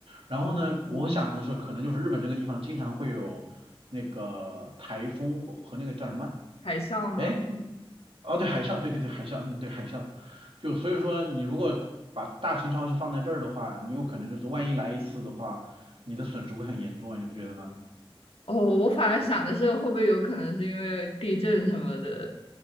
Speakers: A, on the right; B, on the left.
A: 然后呢，
B: 哦，
A: 我想的是可能就是日本这个地方经常会有那个台风或和那个叫什么？
B: 嗯。海啸吗？
A: 哎，哦，对海啸，对对对海啸嗯对海啸就所以说你如果把大型超市放在这儿的话，你有可能就是万一来一次的话，你的损失会很严重啊，你不觉得吗？
B: 哦，我反而想的是，会不会有可能是因为地震什么的，